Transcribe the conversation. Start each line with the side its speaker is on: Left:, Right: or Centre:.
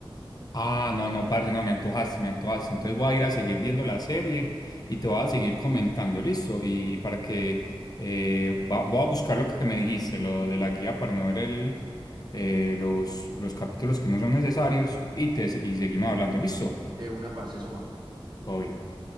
Left: Ah, no, no, parce, no, me antojaste, me antojaste. Entonces voy a ir a seguir viendo la serie y te voy a seguir comentando, listo. Y para que eh, va- voy a buscar lo que me dijiste, lo de la guía para no ver el, eh, los, los capítulos que no son necesarios y, te, y seguimos hablando, listo.
Right: De una parce, eso va.
Left: Todo bien.